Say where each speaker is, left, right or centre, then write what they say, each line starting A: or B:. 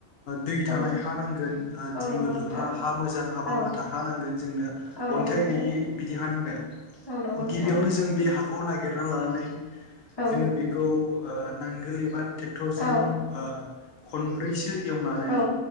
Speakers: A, on the left; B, on the left.
A: दै
B: औ
A: थानाय हा नांगोन
B: औ
A: दिमोल
B: नंगौ नोंथां
A: हा हा मोजां हाबा
B: औ
A: माथा हा नांगोन जोंनो
B: औ नंगौ
A: अन्थाइ
B: नोंथां
A: गैयै बिदि हा नांगोन
B: औ नंगौ नोंथां
A: गिबियावनो जों बे हाखौ नागिरना लानानै
B: औ
A: जोङो बेखौ ओ नांगोल एबा ट्रेक्टरजों
B: औ
A: ओ खनब्रैसो एवनानै
B: औ